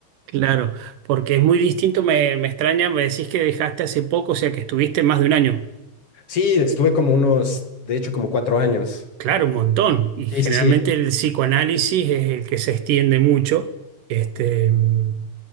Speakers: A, on the right (about 70°); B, on the left (about 45°).
A: claro, porque es muy distinto, me, me extraña, me decís que dejaste hace poco, o sea que estuviste más de un año.
B: Sí, estuve como unos, de hecho, como cuatro años.
A: Claro,
B: Eh,
A: un montón. Y
B: sí,
A: generalmente
B: sí, sí.
A: el psicoanálisis es el que se extiende mucho, este, mm,